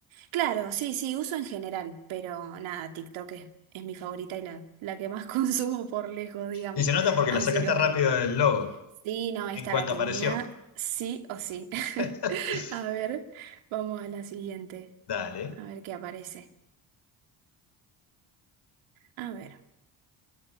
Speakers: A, on the right; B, on the left.
A: claro, sí, sí, uso en general, pero nada, TikTok es, es mi favorita y la, la que más <laughs> consumo por lejos, digamos.
B: Y se nota porque
A: Así
B: la sacaste
A: que bueno,
B: rápido del logo,
A: sí, no, esta
B: en cuanto
A: la tenía,
B: apareció.
A: sí o sí. <laughs>
B: <laughs>
A: A ver, vamos a la siguiente,
B: Dale.
A: a ver qué aparece. A ver,